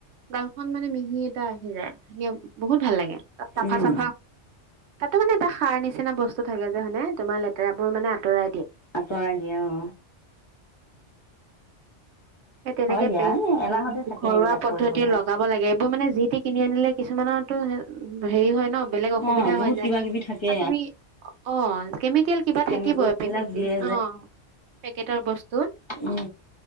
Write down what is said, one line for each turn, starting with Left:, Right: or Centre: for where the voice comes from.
Right: গালখন মানে মিহি এটা আহি যাই ধুনীয়া বহুত ভাল লাগে চাফা
Left: উম
Right: চাফা তাতো মানে এটা খাৰ নিচিনা বস্তু থাকে মানে তোমাৰ লেতেৰাবোৰ মানে আঁতৰাই দিয়ে
Left: আতৰাই দিয়ে অ
Right: সেই তেনেকে
Left: হয় দিয়া
Right: পেষ্ট
Left: এ এলাহতে থাকে
Right: ঘৰুৱা
Left: এইবিলাক
Right: পদ্ধতিৰে
Left: কৰিবলৈ।
Right: লগাব লাগে এইবোৰ মানে যি তি কিনি আনিলে কিছুমানৰতো হেৰি হয় ন বেলেগ অসুবিধা
Left: অ বহুত
Right: হৈ যায়
Left: কিবা কিবি থাকে
Right: আৰু তুমি অ কেমিকেল কিবা
Left: কেমিকেল
Right: থাকিবই পেকেট
Left: বিলাক দিয়ে
Right: অ পেকেটৰ বস্তুত
Left: উম